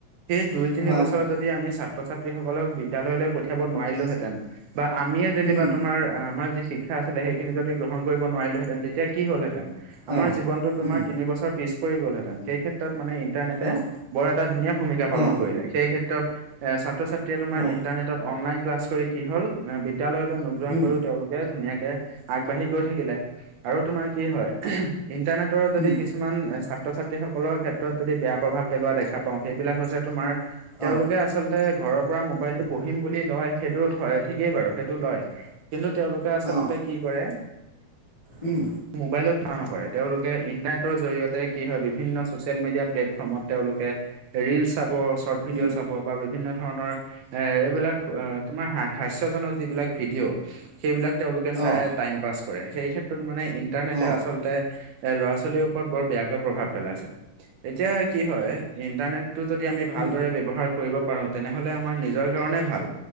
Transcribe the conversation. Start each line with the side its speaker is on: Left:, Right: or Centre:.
Right: সেই দুই তিনি
Left: হয়
Right: বছৰ
Left: হয়।
Right: যদি আমি চা ছাত্ৰ ছাত্ৰীসকলক বিদ্যালয়লৈ পঠিয়াব নোৱাৰিলোহেতেন বা আমিয়ে যেনিবা
Left: উম,
Right: তোমাৰ আমাৰ যি শি ক্ষা আছিলে সেইখিন যদি গ্ৰহণ কৰিব নোৱাৰিলো হেতেন তেতিয়া কি হল হেতেন আমাৰ
Left: অ',
Right: জীৱনটো তোমাৰ
Left: উম,
Right: তিনি বছৰ পিছ পৰি গলহেতেন সেই ক্ষেত্ৰত মানে ইণ্টাৰনেটে
Left: অ',
Right: বৰ এটা ধুনীয়া ভূমিকা পালন
Left: অ',
Right: কৰিলে সেই ক্ষেত্ৰত এ ছাত্ৰ ছাত্ৰীয়ে তোমাৰ
Left: হয়।
Right: ইন্টাৰনেটত অনলাইন ক্লাছ কৰি কি হ'ল এ বিদ্যালয়লৈ নোযোৱাকৈও
Left: উম,
Right: তেওঁলোক ধুনীয়াকে আগবাঢ়ি গৈ থাকিলে আৰু তোমাৰ কি হয় ইন্টাৰনেটৰ যদি
Left: উম,
Right: কিছু কিছুমান ছাত্ৰ ছাত্ৰীসকলৰ ক্ষেত্ৰত যদি বেয়া প্ৰভাৱ পেলোৱা দেখা পাওঁ সেইবিলাক হৈছে তোমাৰ তেওঁলোকে
Left: অ',
Right: আচলতে ঘৰৰ পৰা মোবাইলটো পঢ়িম বুলি লয় সেইটো হয় ঠিকেই বাৰু সেইটো লয় কিন্তু তেওঁলোকে আচলতে
Left: অ',
Right: কি কৰে
Left: উম
Right: মোবাইলত থা নকৰে তেওঁলোকে ইন্টাৰনেটৰ জৰিয়তে কি হয় বিভিন্ন চচিয়েল মেডিয়া প্লেটফৰ্মত তেওঁলোকে ৰিল চাব স্বৰ্ট ভিডিঅ'
Left: উম,
Right: চাব বা বি বিভিন্ন ধৰণৰ এ এইবিলাক তোমাৰ হাস্যজনক যিবিলাক ভিডিঅ' সেইবিলাক তেওঁলোকে চাই
Left: অ',
Right: টাইম পাছ কৰে সেই ক্ষেত্ৰত মানে ইণ্টাৰনেটে
Left: অ',
Right: আচলতে এ ল'ৰা ছোৱালীৰ ওপৰত বৰ বেয়াকৈ প্ৰভাৱ পেলাইছে এতিয়া কি হয় ইন্টাৰনেটটো যদি আমি ভালদৰে
Left: উম,
Right: ব্যৱ হাৰ কৰিব পাৰো তেনেহলে আমাৰ নিজৰ কাৰণে ভাল